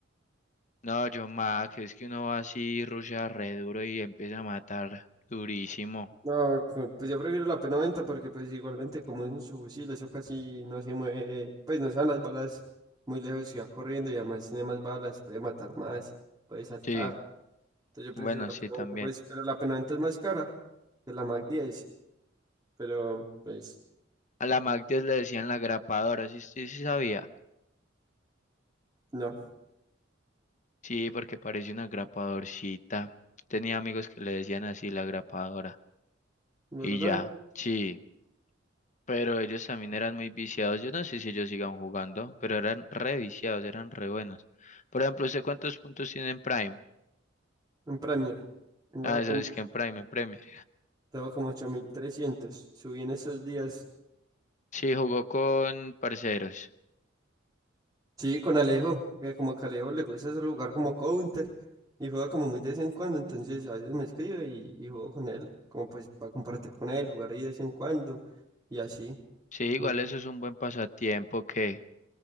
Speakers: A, on the left (about 40°); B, on the right (about 20°).
A: No, yo Mac, es que uno va así, rushea re duro y empieza a matar durísimo.
B: No, co- pues yo prefiero la P90 porque pues igualmente como es un subfusil, eso casi no se mueve, pues no se van las balas muy lejos y va corriendo y además tiene más balas, puede matar más, puede saltar.
A: Sí,
B: Entonces yo prefiero
A: bueno,
B: la
A: sí,
B: P90,
A: también.
B: pues, pero la P90 es más cara que la Mac 10, pero pues
A: A la Mac 10 le decían la grapadora, sí, sí, sí sabía.
B: no,
A: Sí, porque parece una grapadorcita. Tenía amigos que le decían así la grapadora.
B: ¿verdad?
A: Y ya, sí. Pero ellos también eran muy viciados. Yo no sé si ellos sigan jugando, pero eran re viciados, eran re buenos. Por ejemplo, ¿usted cuántos puntos tiene en Prime?
B: En Premier, tengo
A: Ah, eso
B: como,
A: es que en Prime, en Premier.
B: tengo como 8300 subí en esos días
A: Sí, jugó con parceros.
B: Sí, con Alejo, que como que a Alejo le gusta ese lugar como counter y juega como muy de vez en cuando, entonces a veces me escribe y, y juego con él, como pues para compartir con él, jugar ahí de vez en cuando y así.
A: Sí, igual
B: Y
A: eso es un buen pasatiempo que,